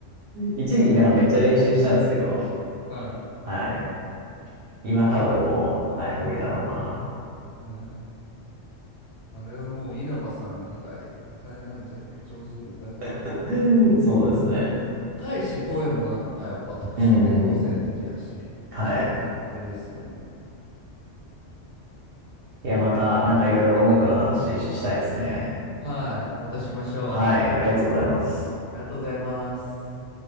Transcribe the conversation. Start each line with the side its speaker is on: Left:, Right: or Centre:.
Right: 一時期なんかめっちゃ練習したんですけど、
Left: は
Right: はい。今多分もう、
Left: いいや、わかる。
Right: はい、無理だろうな。
Left: はい。あれはもう稲葉さん以外歌えないんじゃない上手に歌えないんじゃない
Right: <laughs> そうですね。
Left: 高いし、声もなんかやっぱ特殊っていうか個性的やし、
Right: うん。はい。
Left: あれですよね。
Right: いや、また、なんかいろいろ音楽の話ししたいですね。
Left: はい。またしましょう。
Right: はい、ありがとうございます。
Left: ありがとうございます。